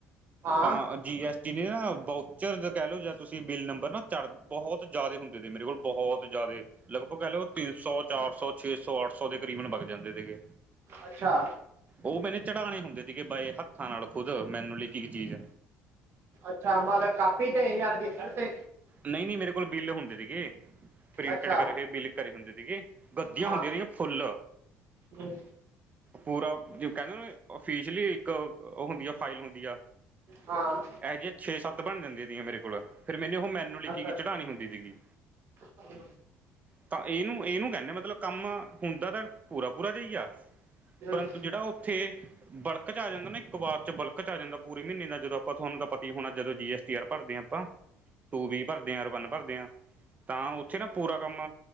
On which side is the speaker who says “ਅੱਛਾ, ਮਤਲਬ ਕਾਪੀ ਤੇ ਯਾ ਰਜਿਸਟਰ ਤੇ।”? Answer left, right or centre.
Right